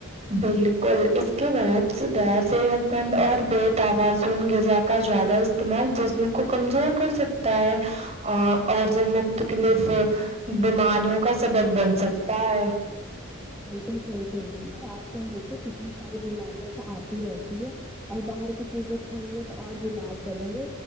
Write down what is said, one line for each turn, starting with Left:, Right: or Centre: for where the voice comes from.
Right: بالکل اس کے برعکس غیر صحت مند اور بے توازن غذا کا زیادہ استعمال جسم کو کمزور کر سکتا ہے آ اور جو مختکلف بیماریوں کا سبب بن سکتا ہے
Centre: بالکل صحیح کہہ رہی اور آج کل فر کتنی ساری بیماریاں سے آتی رہتی ہے اور باہر کی چیزیں کھائیں گے تو اور بیمار پڑیں گے